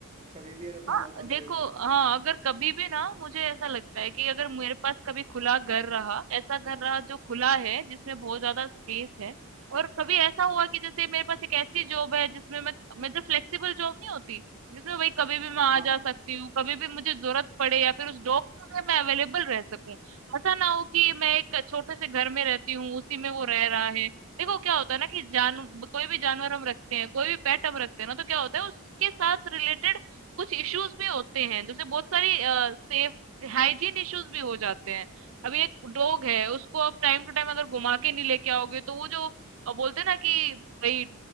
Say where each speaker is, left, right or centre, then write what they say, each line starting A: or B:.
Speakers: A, on the right; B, on the right.
A: कभी भी अगर तुम्हें
B: हाँ
A: मौका मिले
B: देखो
A: तो
B: हाँ अगर कभी भी ना मुझे ऐसा लगता है कि अगर मेरे पास कभी खुला घर रहा ऐसा घर रहा जो खुला है जिसमें बहुत ज्यादा स्पेस है और कभी ऐसा हुआ कि जैसे मेरे पास एक ऐसी जॉब है जिसमें मैं मैं जो फ्लेक्सिबल जॉब नहीं होती जिसमें भाई कभी भी मैं आ
A: हाँ
B: जा
A: हाँ
B: सकती हूँ कभी भी मुझे जरूरत पड़े या फिर उस जॉब में मैं अवेलेबल रह सकूं ऐसा ना हो कि मैं एक छोटे से घर में रहती हूँ उसी में वो रह रहा है देखो क्या होता है ना कि जान कोई भी जानवर हम रखते हैं कोई भी पेट हम रखते हैं ना तो क्या होता है उसके साथ रिलेटेड कुछ इश्यूज भी होते हैं जैसे बहुत सारी सेफ हाइजीन इश्यूज भी हो जाते हैं अभी एक डॉग है उसको आप टाइम टू टाइम अगर घुमा के नहीं लेके आओगे तो वो जो अ, बोलते हैं ना कि भाई